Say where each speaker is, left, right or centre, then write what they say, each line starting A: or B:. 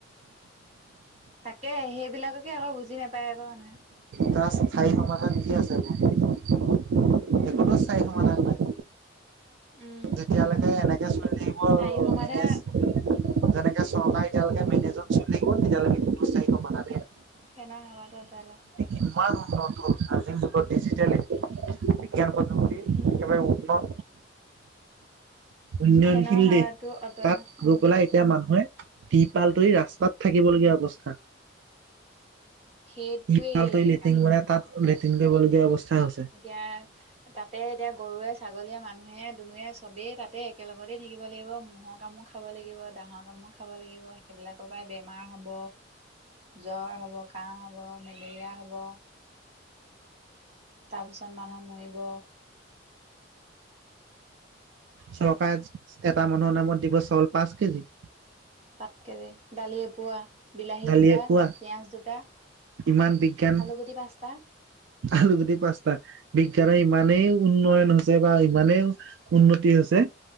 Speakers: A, on the right (about 35°); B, on the right (about 65°).
A: তাকে, সেইবিলাককে আকৌ বুজি নাপায় আকৌ মানুহে।
B: তাৰ স্থায়ী সমাধান কি আছে, সেইটোতো স্থায়ী সমাধান নাই।
A: উম
B: তেতিয়ালৈকে এনেকে চলি থাকিব
A: স্থায়ী সমাধা
B: মেনেজ। যেনেকে চৰকাৰ এতিয়ালৈকে মেনেজত চল থাকিব তেতিয়ালৈকে কোনো স্থায়ী <unintelligible>
A: ফেনৰ হাৱাটো আতৰাই ল।
B: ইমান উন্নত আজি যোগত ডিজিটালিট বিজ্ঞান পদ্ধতি
A: উম
B: একেবাৰে উন্নত উন্নয়নশীল
A: ফেনৰ হাৱাটো
B: দেশ,
A: আঁতৰাই
B: তাত
A: লোৱা উম
B: ৰৈ পেলাই এতিয়া মানুহে, তিপাল তৰি ৰাস্তাত থাকিবলগীয়া অৱস্থা।
A: সেইটোৱেই
B: তিপাল তৰি লেট্ৰিন
A: কাহিনীটো
B: বনাই তাত
A: এতিয়া
B: লেট্ৰিন কৰিবলগীয়া অৱস্থা হৈছে।
A: এতিয়া, তাতে এতিয়া গৰুৱে, ছাগলীয়ে, মানুহে-দুনে চবেই তাতেই একেলগতে থাকিব লাগিব ম'হৰ কামুখ খাব লাগিব, দাহৰ কামো খাব লাগিব, সেইবিলাকৰ পৰাই বেমাৰ হ'ব। জ্বৰ হ'ব, কাহ হ'ব, মেলেৰিয়া হ'ব। তাৰ পিছত মানুহ মৰিব।
B: চৰকাৰে, এটা মানুহৰ নামত দিব চাউল পাঁচ কেজি।
A: পাঁচ কেজি, দালি এপোৱা, বিলাহী
B: দালি
A: দুটা,
B: এপোৱা
A: পিয়াজ দুটা।
B: ইমান বিজ্ঞান।
A: আলু গুটি পাঁচটা।
B: আলুগুটি পাঁচটা। বিজ্ঞানৰ ইমানেই উন্নয়ন হৈছে, বা ইমানেই উন্নতি হৈছে।